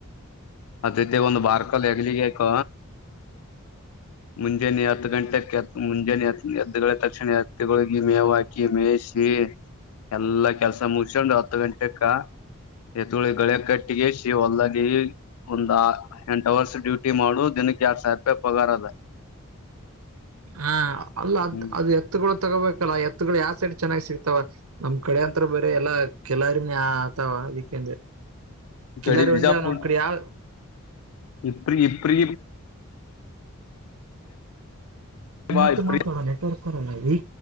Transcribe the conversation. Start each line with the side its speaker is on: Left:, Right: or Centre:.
Left: ಅದೈತಿ ಒಂದ್ ಬಾರ್ಕಲ್ ಹೆಗ್ಲಿಿಗೆಕ ಮುಂಜಾನೆ ಹತ್ತು ಗಂಟೆಕ್ತ್ ಮುಂಜಾನೆ ಹ ಎ ತಕ್ಷಣ ಹತ್ತುಗಳ ಮೇ ಹಾಕಿ ಮೇಯಿಸಿ ಎಲ್ಲಾ ಕೆಲ್ಸ ಮುಗಸಕೊಂಡ್ ಹತ್ತು ಗಂಟೆಕ್ಕ ಎತಳಿ ಗಳಿಯ ಕಟ್ಟಿಗಸಿ ಹೊಲ್ದಾಗಿ ಒಂದ್ ಎಂಟ ಅವರ್ಸ್ ಡ್ಯೂಟಿ ಮಾಡು ದಿನಕ್ಕೆ ಯರ ಸಾವಿರ ರೂಪಾಯಿ ಪಗಾರ ಅದ
Right: ಹಾ ಅಲ್ಲ ಅದ್
Left: ಹ್ಮ್
Right: ಅದು ಎತ್ತಕೊಳ್ಳ ತಗೋಬೇಕಲ್ಲ ಎತ್ತುಗಳು ಯಾವ ಸೈಡ್ ಚೆನ್ನಾಗಿ ಸಿಗ್ತಾವ ನಮ್ ಕಡೆ ಅಂತತ್ರ ಬರ ಎಲ್ಲಾ ಕೆಲರಿ ವಾ ಅದಕ್ಕೆಂದ್ರೆ
Left: ಈ ಕಡೆ
Right: ಎಲ್ಲರು
Left: ಬಿಜಾಪುರ್
Right: ಒಂದಾವ ನಮ್ಮ್ ಕಡೆ ಯಾವ
Left: ಇಪ್ರಿ ಇಪ್ರಿ
Right: ನಿಂತು
Left: ಬಾ ಇಪ್ರಿ
Right: ಮಾತ್ರ ಅಲ್ಲ ನೆಟ್ವರ್ಕ್ ಬರಲ್ಲ ಈ